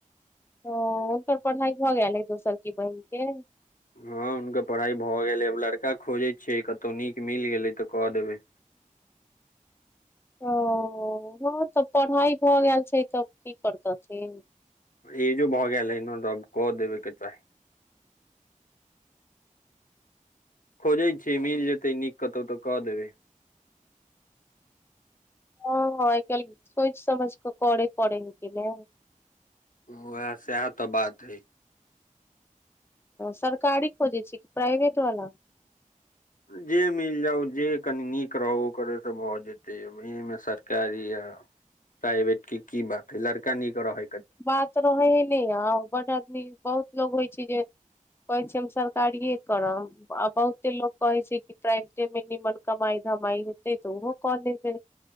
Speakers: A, on the left; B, on the left.
A: ओ हुनकर पढ़ाई भऽ गेल हइ दोसर की बहिनक के
B: हँ हुनकर पढ़ाइ भऽ गेलैय आब लड़का खोजै छियै कतहु नीक मिल गेलैय तऽ कऽ देबैय
A: ओ हँ तऽ पढ़ाइ भऽ गेल छै तऽ की करतथिन
B: ई जो भऽ गेल ह रब क देबेके चाही खोजैय छै मिल जेतै नीक कतौ तऽ क देबै
A: हँ हँ आइ काल्हि सोचि समझ कऽ करे पड़े न कि ने
B: उएह सएह तऽ बात हय
A: सरकारी खोजैय छिये कि प्राइभेटवला
B: जे मिल जाउ जे कनि नीक रहब ओ करेसँ भऽ जेतै एहिमे सरकारी आ प्राइवेटके की बात है लड़का नीक रहैय
A: बात रहै ह ने आउ बड आदमी बहुत लोक होइ छै जे कहै छै हम सरकारिए करब आ बहुते लोक कहैय छै कि प्राइवेटेमे निमन कमाइ धमाई हेतै तऽ ओहो कऽ लेबैय